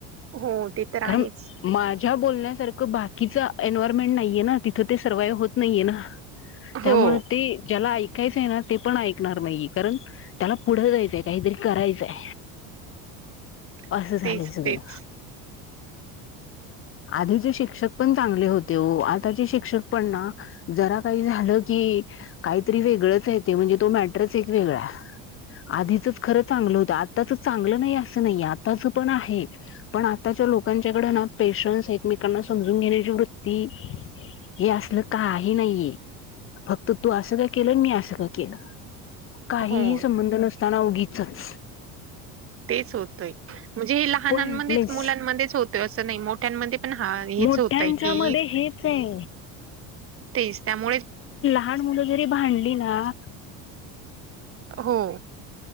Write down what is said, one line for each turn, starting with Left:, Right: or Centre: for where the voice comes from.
Right: हो ते तर आहेच
Left: कारण माझ्या बोलण्यासारख बाकीच एन्व्हायरमेंट नाहीये ना तिथं ते सर्वाइव्ह होत नाहीये ना
Right: हो
Left: त्यामुळे ते ज्याला काहीच आहे ना ते पण ऐकणार नाहीये कारण त्याला पुढं जायचंय काहीतरी करायचंय.
Right: <inaudible>
Left: असं झालंय
Right: तेच
Left: सगळं.
Right: तेच <inaudible>
Left: आधीचे शिक्षक पण चांगले होते आताचे शिक्षक पण ना जरा काही झालं की काहीतरी वेगळंच येते म्हणजे तो मॅट्रस एक वेगळा आधीचच खरं चांगलं होतं आत्ताच चांगलं नाही असं नाही आ च पण आहे पण आताच्या लोकांच्याकड ना पेशन्स एकमेकांना समजून घेण्याची वृत्ती हे असलं काही नाहीये, फक्त तू असं का केलं मी असं का केलं काहीही
Right: हो
Left: संबंध नसताना ओगीचच
Right: तेच होतोय म्हणजे हे लहानांमध्येच
Left: पॉइंटलेस
Right: मुलांमध्येच होतंय असं नाही मोठ्यांमध्ये पण हा हेच
Left: मोठ्यांच्या
Right: होतय की
Left: मध्ये हेच आहे
Right: तेच त्यामुळे
Left: लाहान मुलं जरी भांडली नाम्
Right: हो